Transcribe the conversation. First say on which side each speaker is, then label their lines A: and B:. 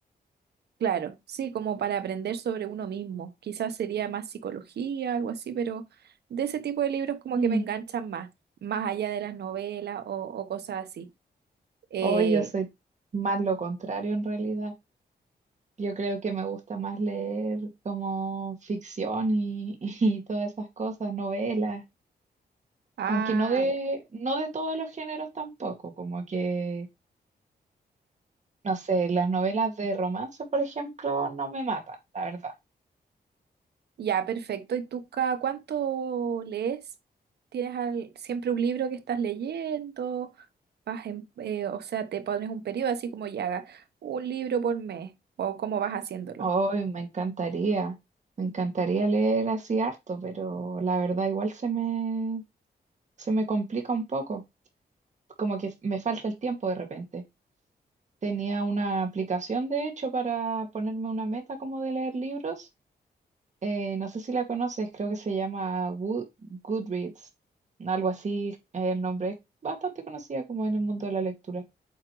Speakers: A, on the right (about 80°); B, on the right (about 45°).
A: Claro, sí, como para aprender sobre uno mismo. Quizás sería más psicología, algo así, pero de ese tipo de libros como
B: Mm,
A: que me enganchan más, más allá de las novelas o, o cosas así. Eh,
B: Hoy yo soy más lo contrario en realidad. Yo creo que me gusta más leer como ficción y, <laughs> y todas esas cosas, novelas,
A: ah,
B: aunque no de,
A: ya,
B: no de todos los géneros tampoco, como que, no sé, las novelas de romance, por ejemplo, no me matan, la verdad.
A: ya, perfecto. ¿Y tú cada cuánto lees? ¿Tienes al- siempre un libro que estás leyendo? Vas en- eh, o sea, te pones un periodo así como ya haga un libro por mes o cómo vas haciéndolo.
B: Hoy me encantaría, me encantaría leer así harto, pero la verdad igual se me, se me complica un poco, como que me falta el tiempo de repente. Tenía una aplicación, de hecho, para ponerme una meta como de leer libros. Eh, no sé si la conoces, creo que se llama Wo- Goodreads, algo así, eh, el nombre es bastante conocida como en el mundo de la lectura,